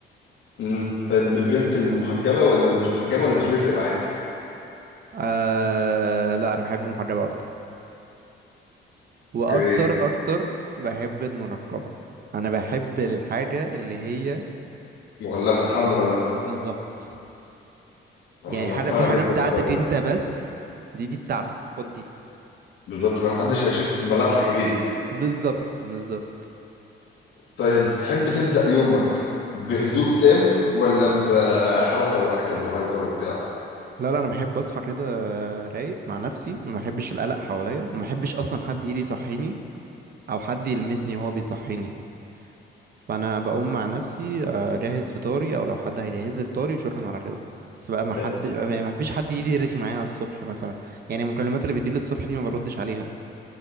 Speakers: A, on the left; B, on the right.
A: مم. طيب البنت المحجبة ولا اللي مش محجبة ولا مش بيفرق معاك
B: آه لا انا بحب المحجبة اكتر واكتر
A: اوكي
B: اكتر بحب المنقبة انا بحب الحاجة اللي هي
A: مغلفة الحالة مغلفة
B: بالظبط
A: انا
B: يعني
A: انا
B: حاجة
A: مقتنع
B: في حاجة
A: جدا
B: بتاعتك
A: بالرأي ده
B: انت بس دي دي بتاعتك خد دي
A: بالظبط لو محدش هيشوف ملامحك غيري
B: بالظبط بالظبط
A: طيب تحب تبدأ يومك بهدوء تام ولا بحركة وأكتف وهايبر وبتاع
B: لا لا انا بحب اصحى كده رايق مع نفسي ما بحبش القلق حواليا وما بحبش اصلا حد يجي يصحيني او حد يلمسني وهو بيصحيني فانا بقوم مع نفسي آه، اجهز فطاري او لو حد هيجهز لي فطاري شكرا على كده بس بقى ما حد
A: طيب
B: ما فيش حد يجي يرغي معايا على الصبح مثلا يعني المكالمات اللي بتجيلي الصبح دي ما بردش عليها